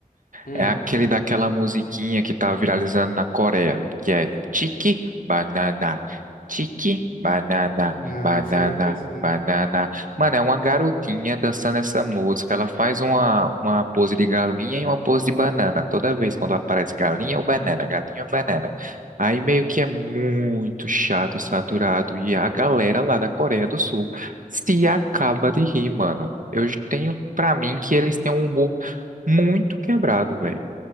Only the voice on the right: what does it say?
É aquele daquela musiquinha que tá viralizando na Coreia, que é Tiki Banana, Tiki Banana,
Banana,
Banana. Mano, é uma garotinha dançando essa música. Ela faz uma, uma pose de galinha e uma pose de banana. Toda vez quando aparece galinha ou banana, galinha ou banana. Aí meio que é muito chato e saturado. E a galera lá da Coreia do Sul se acaba de rir, mano. Eu tenho pra mim que eles têm um humor muito quebrado, velho.